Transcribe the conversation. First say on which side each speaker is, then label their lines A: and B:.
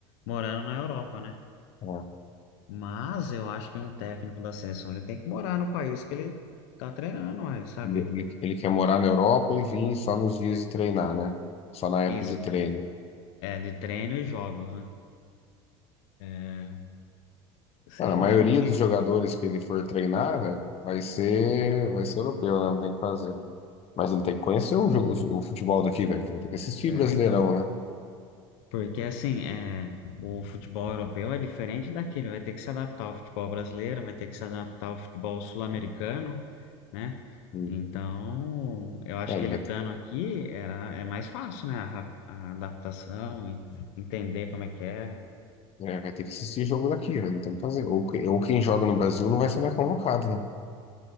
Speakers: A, on the left (about 70°); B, on the left (about 40°).
A: morando na Europa, né?
B: É.
A: Mas eu acho que um técnico da seleção ele tem que morar no país que ele tá treinando, ué, sabe?
B: Ele, ele, ele quer morar na Europa e vir só nos dias de treinar, né? Só na época
A: Isso,
B: de treino.
A: de- é, de treino e jogos, né? É, sei
B: Ah, a maioria
A: lá, não sei.
B: dos jogadores que ele for treinar, velho, vai ser, vai ser europeu, né? Não tem o que fazer. Mas ele tem que conhecer o, jo- o o futebol daqui, velho. Então, ele tem que assistir
A: É,
B: Brasileirão,
A: então.
B: né?
A: Porque assim, é, o futebol europeu é diferente daquele, vai ter que se adaptar ao futebol brasileiro, vai ter que se adaptar ao futebol sul-americano. né?
B: Hum.
A: Então, eu acho
B: É, ele
A: que ele
B: vai,
A: estando
B: ter-
A: aqui era, é mais fácil, né? A, ra- a adaptação e entender como é que é.
B: é, vai ter que assistir jogo daqui, velho. Não tem o que fazer. Ou, que- ou quem joga no Brasil não vai ser mais convocado, né?